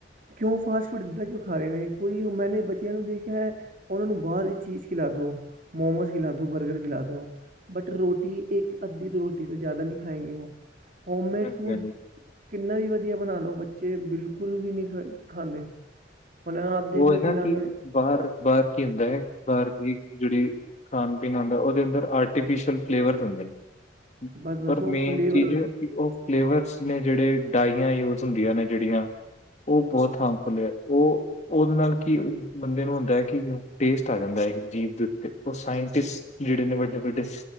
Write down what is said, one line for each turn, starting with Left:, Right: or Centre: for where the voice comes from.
Right: ਕਿਉਂ ਫਾਸਟ ਫੂਡ ਇਦਾਂ ਕਿਉਂ ਖਾ ਰਹੇ ਨੇ ਕੋਈ ਮੈਂਨੇ ਬੱਚਿਆਂ ਨੂੰ ਦੇਖ ਰਿਹਾ ਹੈ। ਉਹਨਾਂ ਨੂੰ ਬਾਹਰ ਦੀ ਚੀਜ਼ ਖਿਲਾ ਦੋ ਮੋਮੋਸ ਖਿਲਾ ਦੋ ਬਰਗਰ ਖਿਲਾ ਦੋ ਬਟ ਰੋਟੀ ਇੱਕ ਅੱਧੀ ਤੋਂ ਰੋਟੀ ਤੋਂ ਜ਼ਿਆਦਾ ਨਹੀਂ ਖਾਏਗੇ ਉਹ ਹੋਮ ਮੇਡ
Left: ਹਾਂਜੀ
Right: ਫੂਡ
Left: ਹਾਂਜੀ
Right: ਕਿੰਨਾ ਵੀ ਵਧੀਆ ਬਣਾ ਲਓ ਬੱਚੇ ਬਿਲਕੁਲ ਵੀ ਨਹੀਂ ਖਾਂਦੇ ਹੁਣ ਆਪ ਦੇਖ
Left: ਉਹ
Right: ਲਓ
Left: ਹੈ ਨਾ
Right: ਨਾਮ
Left: ਕਿ ਬਾਹਰ ਬਾਹਰ ਕੀ ਹੁੰਦਾ ਹੈ ਬਾਹਰ ਦੀ ਜੁੜੀ ਖਾਣ ਪੀਣ ਆਉਂਦਾ ਉਹਦੇ ਅੰਦਰ ਆਰਟੀਫਿਸ਼ਲ ਫਲੇਵਰ ਹੁੰਦੇ ਨੇ
Right: ਬਸ ਬਸ
Left: ਪਰ
Right: ਉਹ
Left: ਮੇਨ
Right: ਫਲੇਵਰ
Left: ਚੀਜ਼ ਕਿ ਉਹ ਫਲੇਵਰਸ ਨੇ ਜਿਹੜੇ ਡਾਈਆਂ ਯੂਜ ਹੁੰਦੀਆਂ ਨੇ ਜਿਹੜੀਆਂ ਉਹ ਬਹੁਤ ਹਾਮਫੁਲ ਹੈ ਉਹ ਉਹਦੇ ਨਾਲ ਕੀ ਬੰਦੇ ਨੂੰ ਹੁੰਦਾ ਹੈ ਕਿ ਟੇਸਟ ਆ ਜਾਂਦਾ ਹੈ ਜੀਵ ਦੇ ਉੱਤੇ ਉਹ ਸਾਇੰਟਿਸਟ ਜਿਹੜੇ ਨੇ ਵੱਡੇ ਵੱਡੇ